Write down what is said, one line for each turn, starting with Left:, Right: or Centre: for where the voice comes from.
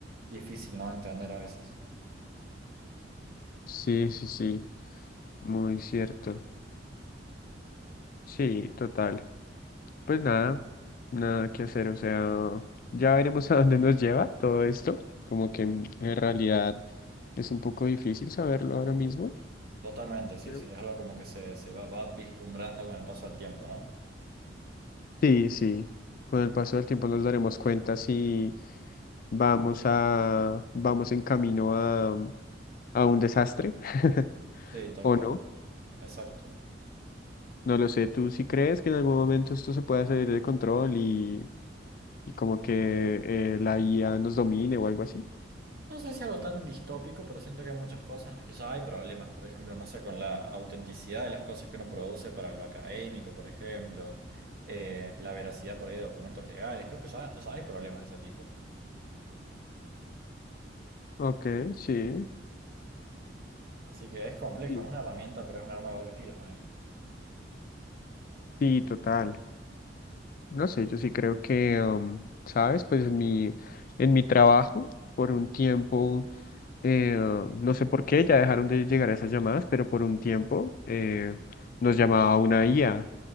Right: difícil, ¿no? Entender a veces.
Left: Sí, sí, sí, muy cierto. Sí, total. Pues nada, nada que hacer, o sea, ya veremos <laughs> a dónde nos lleva todo esto, como que en en realidad es un poco difícil saberlo ahora mismo.
Right: Totalmente, sí,
Left: Pero-
Right: sí, es algo como que se, se va, va vislumbrando con el paso del tiempo, ¿no?
Left: Sí, sí, con el paso del tiempo nos daremos cuenta si vamos a, vamos en camino a, a un desastre <laughs>
Right: Sí, tal
Left: o
Right: cual,
Left: no,
Right: exacto.
Left: no lo sé, ¿tú sí crees que en algún momento esto se pueda salir de control y, y como que eh, la IA nos domine o algo así?
Right: No sé si algo tan distópico, pero siento que hay muchas cosas en las que ya hay problemas. Por ejemplo, no sé, con la autenticidad de las cosas que uno produce para lo académico, por ejemplo, eh, la veracidad por ahí de documentos legales. Creo que ya, ya hay problemas de ese tipo.
Left: Ok, sí.
Right: Así que es complejo,
Left: Sí,
Right: es una herramienta, pero es un arma de doble filo también.
Left: Sí, total. No sé, yo sí creo que, um, ¿sabes? Pues en mi, en mi trabajo, por un tiempo, eh, um, no sé por qué, ya dejaron de llegar esas llamadas, pero por un tiempo eh, nos llamaba una IA